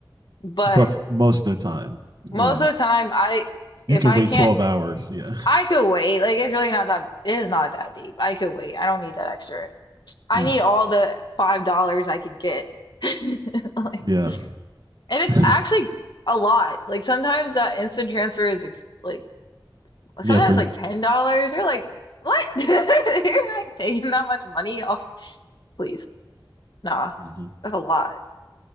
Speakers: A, on the left; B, on the right.
A: But
B: but most of the time you're
A: Most
B: like
A: of the time, I
B: you
A: if
B: can
A: I
B: wait
A: can't,
B: twelve hours. Yeah,
A: I could wait. Like it's really not that it is not that deep. I could wait. I don't need that extra. I
B: <laughs>
A: need
B: yeah.
A: all the five dollars I could get. <laughs> Like,
B: Yeah.
A: and it's
B: <laughs>
A: actually a lot. Like sometimes that instant transfer is ex like
B: yeah.
A: sometimes
B: For,
A: like ten dollars. You're like, what? <laughs> You're like taking that much money off? Please, nah,
B: mhm.
A: that's a lot.